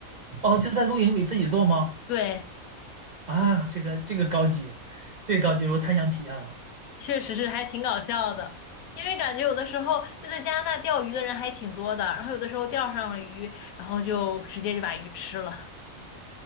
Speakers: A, on the right (about 55°); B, on the left (about 85°).
A: 哦，就在露营里自己做吗？
B: 对，
A: 啊，这个这个高级，这个高级，我太想体验了。
B: 确实是还挺搞笑的，因为感觉有的时候就在加拿大钓鱼的人还挺多的，然后有的时候钓上了鱼，然后就直接就把鱼吃了。